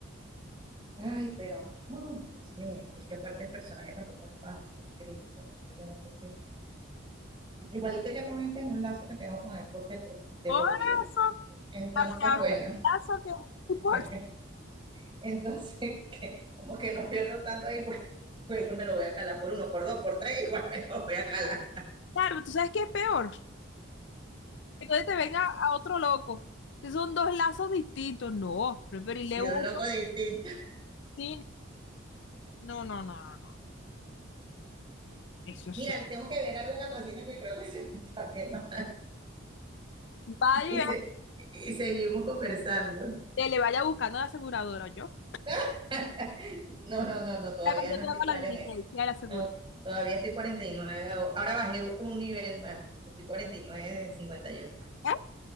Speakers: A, on the right (about 25°); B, on the left (about 60°).
A: Ay, pero, ay, Dios mío, es que aparte el personaje tampoco es fácil, Cristo, entonces yo no sé si Igualito ya con este es un lazo que tengo con el por de por, de
B: Por
A: por vida.
B: eso,
A: Entonces,
B: hacia
A: bueno,
B: otro caso que- y por-
A: <laughs> entonces que- como que no pierdo tanto ahí porque pues, yo me lo voy a calar por uno, por dos, por tres, <laughs> igual me lo voy a calar.
B: Claro, ¿tú sabes qué es peor? entonces te venga a otro loco. Entonces son dos lazos distintos. No, preferirle
A: Y dos
B: uno
A: locos distintos.
B: sin. No, no, no, no, no. Eso es.
A: Mira, tengo que ver algo en la cocina que creo que se me está quemando.
B: Vaya.
A: Y, se- y seguimos conversando.
B: que le vaya buscando a la aseguradora, yo.
A: <laughs> No, no, no, no, todavía
B: Ya que yo
A: no
B: te
A: estoy
B: hago
A: clara
B: la diligencia
A: en eso.
B: de la aseguradora.
A: No, todavía estoy 49, ahora bajé un nivel más. Estoy 49 de 51.
B: ¿Eh?